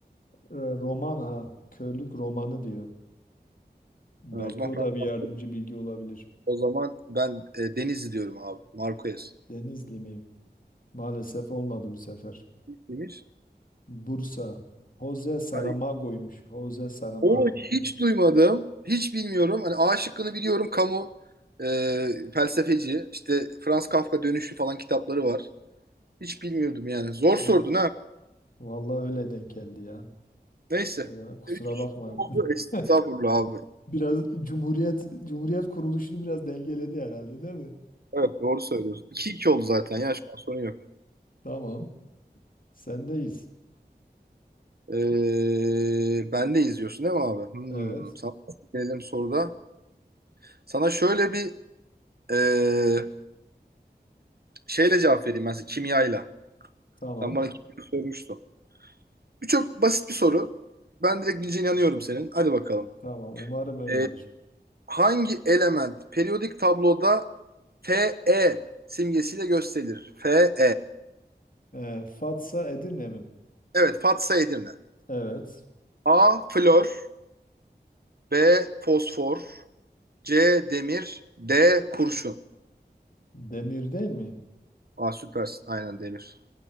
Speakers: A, on the left (about 55°); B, on the right (about 65°).
A: Ee, Roman ha. Körlük romanı diyor. Belki
B: Ha, o zaman
A: o
B: Franz
A: da bir
B: Kafka.
A: yardımcı bilgi olabilir.
B: O zaman ben e, Deniz diyorum abi. Marquez.
A: Denizli miyim? Maalesef olmadı bu sefer.
B: Demiş.
A: Bursa. Jose Saramago'ymuş.
B: Hayır.
A: Jose Saramago.
B: Onu hiç duymadım. Hiç bilmiyorum. Hani A şıkkını biliyorum. Camus e, felsefeci. İşte Franz Kafka Dönüşüm falan kitapları var. Hiç bilmiyordum yani. Zor sordun
A: Evet.
B: ha.
A: Vallahi öyle denk geldi ya.
B: Neyse.
A: Öyle, kusura
B: üç
A: bakmayın.
B: oldu. Estağfurullah
A: <laughs>
B: abi.
A: Biraz Cumhuriyet Cumhuriyet kuruluşunu biraz dengeledi herhalde değil mi?
B: Evet doğru söylüyorsun. 2 iki oldu zaten ya şu an sorun yok.
A: Tamam. Sendeyiz.
B: Ee, ben de izliyorsun değil mi abi? Hmm,
A: Evet.
B: sana gelelim soruda. Sana şöyle bir ee, şeyle cevap vereyim ben size kimyayla.
A: Tamam.
B: Sen bana kimya sormuştun. Bu çok basit bir soru. Ben direkt bileceğine inanıyorum senin. Hadi bakalım.
A: Tamam. Umarım öyledir.
B: Ee, hangi element periyodik tabloda Fe simgesiyle gösterilir? Fe.
A: Ee, Fatsa Edirne mi?
B: Evet Fatsa Edirne.
A: Evet.
B: A. Flor. B. Fosfor. C. Demir. D. Kurşun.
A: Demir değil mi?
B: Aa süpersin. Aynen demir.